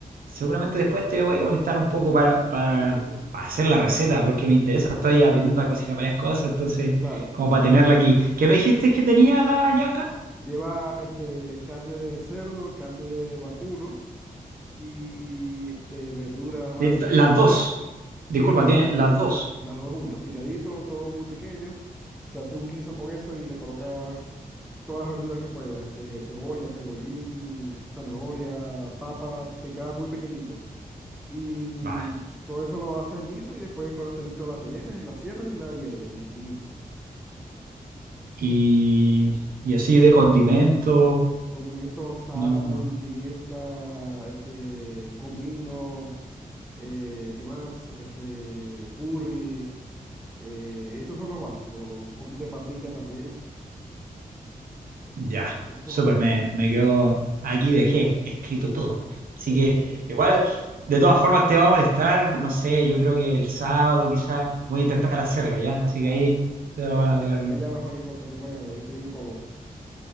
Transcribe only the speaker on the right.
Seguramente después te voy a molestar un poco para, para,
para hacer la receta, porque me interesa, estoy aprendiendo a cocinar varias cosas, entonces,
como para tenerla aquí. ¿Qué me dijiste que tenía la yaca?
De- Las dos. Disculpa,
tiene
las dos.
Va.
Y, y así de condimento,
no.
Ya,
súper,
me, me quedo aquí, dejé escrito todo.
Así
que igual, de todas formas te va a molestar, no sé, yo creo que el sábado quizás voy
a intentar hacerlo, ¿ya? Así
que ahí te
voy a pegar
un...